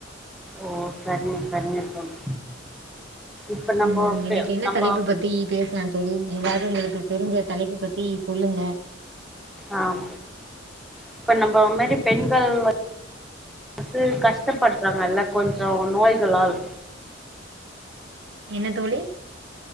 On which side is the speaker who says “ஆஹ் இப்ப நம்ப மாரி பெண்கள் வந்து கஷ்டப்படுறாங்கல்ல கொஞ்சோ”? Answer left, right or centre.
Centre